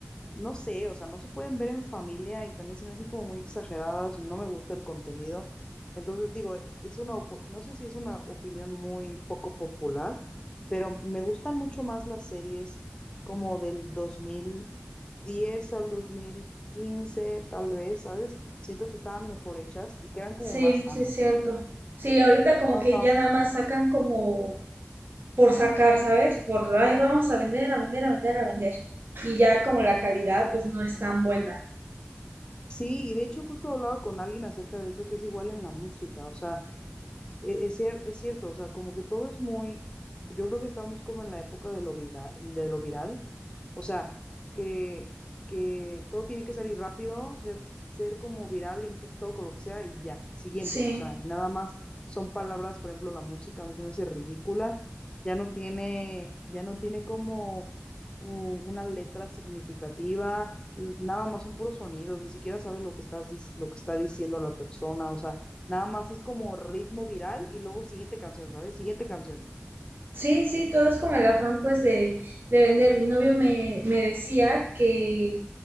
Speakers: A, on the left (about 20°); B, on the right (about 50°).
A: no sé, o sea, no se pueden ver en familia y también se me hacen como muy exageradas, no me gusta el contenido. Entonces digo, es una, opo- no sé si es una opinión muy poco popular, pero me gustan mucho más las series como del dos mil diez al 2015 tal vez, ¿sabes? Siento que estaban mejor hechas y que eran
B: sí,
A: como más sanas.
B: sí, es cierto. Sí, ahorita como
A: Ajá.
B: que ya nada más sacan como por sacar, ¿sabes? Por ahí vamos a vender, a vender, a vender, a vender. Y ya como la calidad pues no es tan buena.
A: Sí, y de hecho justo hablaba con alguien acerca de eso, que es igual en la música, o sea, e- Es, cier- es cierto, o sea, como que todo es muy, yo creo que estamos como en la época de lo vila- de lo viral, o sea, que, que todo tiene que salir rápido, ser, ser como viral en TikTok o lo que sea y ya, siguiente,
B: Sí.
A: o sea, y nada más son palabras, por ejemplo, la música a mí se me hace ridícula, ya no tiene, ya no tiene como u- una letra significativa, l- nada más son puros sonidos, ni siquiera sabe lo que estás, dic- lo que está diciendo la persona, o sea, Nada más es como ritmo viral y luego siguiente canción, ¿sabes? Siguiente canción.
B: Sí, sí, todo es como el afán pues de, de vender. Mi novio me, me decía que